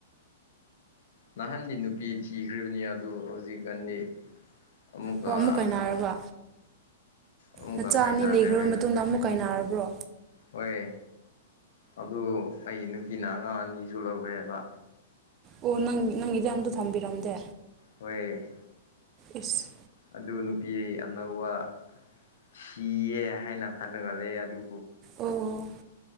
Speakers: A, on the left; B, on the right.
A: ꯅꯍꯥꯟꯗꯤ ꯅꯨꯄꯤ ꯊꯤꯈ꯭ꯔꯤꯕꯅꯤ ꯑꯗꯨ ꯍꯧꯖꯤꯛꯀꯥꯟꯗꯤ ꯑꯃꯨꯛꯀ
B: ꯍꯣ ꯑꯃꯨꯛꯀꯥꯏ ꯅꯥꯔꯕ
A: ꯑꯃꯨꯛꯀ
B: ꯃꯆꯥ
A: ꯀꯥꯏꯅꯈ꯭ꯔꯦ
B: ꯑꯅꯤ ꯂꯩꯈ꯭ꯔꯕ
A: ꯍꯣꯏ
B: ꯃꯇꯨꯡꯗ ꯑꯃꯨꯛꯀꯥꯏ ꯅꯥꯔꯕ꯭ꯔꯣ
A: ꯍꯣꯏ ꯑꯗꯨ ꯑꯩ ꯅꯨꯄꯤꯅ ꯑꯉꯥꯡ ꯑꯅꯤꯁꯨ ꯂꯧꯈ꯭ꯔꯦꯕ
B: ꯑꯣ ꯅꯪ ꯅꯪꯒꯤꯗꯤ ꯑꯝꯇ ꯊꯝꯕꯤꯔꯝꯗꯦ
A: ꯍꯣꯏ
B: ꯏꯁꯁ
A: ꯑꯗꯨ ꯅꯨꯄꯤ ꯑꯅꯧꯕ ꯁꯤꯤꯌꯦ ꯍꯥꯏꯅ ꯈꯟꯅꯒꯜꯂꯦ ꯑꯗꯨ
B: ꯑꯣ